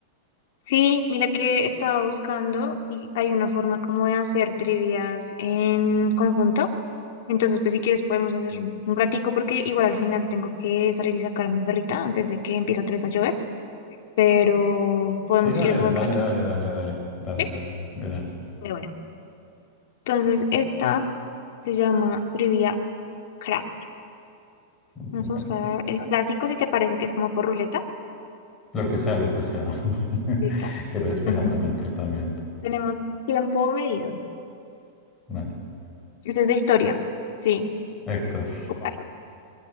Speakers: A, on the left (about 60°); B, on the left (about 15°).
A: Sí, mira que estaba buscando y hay una forma como de hacer trivias en conjunto. Entonces, pues si quieres podemos hacer un un ratico porque igual al final tengo que salir y sacar a mi perrita antes de que empiece otra vez a llover, pero podemos
B: Sí, dale,
A: si quieres jugar
B: dale,
A: un rato.
B: dale, dale, dale, dale,
A: Sí,
B: dale, de una.
A: de una. Entonces, esta se llama trivia crap.
B: Bueno,
A: Vamos a usar el clásico si te parece que es como por ruleta.
B: lo que sea, lo que sea. <laughs>
A: Listo.
B: Quiero despejar
A: Ujú.
B: la mente también.
A: Tenemos tiempo medido.
B: Dale.
A: Esa es de historia. Sí.
B: Héctor,
A: jugar.